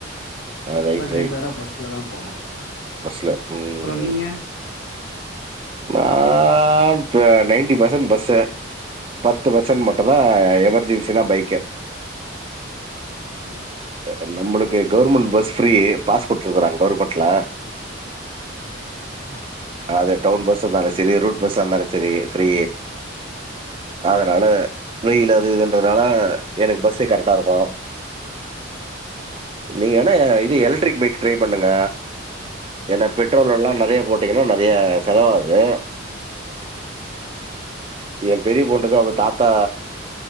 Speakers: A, on the right; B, on the left.
A: ரைட்
B: பட்
A: ரைட்
B: ரெகுலரா பஸ்ல தான் போகணு
A: பஸ்ல ம்
B: அப்புறோ நீங்க
A: நான்
B: பர்க்கு
A: த நைன்டி பர்சன்ட் பஸ் ஸு பத்து பெர் சன்ட் மட்டுந்தா எமர்ஜென்சினா பைக்கு
B: ஆ
A: அ அ நம்மளுக்கு கவுர்மெண்ட் பஸ் ஃப்ரீ பாஸ் குடுத்துருக்குறாங்க கவர்மெண்ட்ல
B: ம்
A: அது டவுன் பஸ்ஸா இருந்தாலு சரி ரூட் பஸ்ஸா இருந்தாலு சரி ஃபீரி அதனால வெயிலு அது இதுன்றதால எனக்கு பஸ்ஸே கரெக்டா இருக்கு நீங்க வேண்ணா இது எலக்ட்ரிக் பைக் ட்ரை பண்ணுங்க ஏன்னா பெட்ரோல்
B: ஆ
A: எல்லா நெறைய போ ட்டீங்கன்னா நெறையா செலவாகுது ஏன் பெரிய பொண்ணுக்கு அவங்க தாத்தா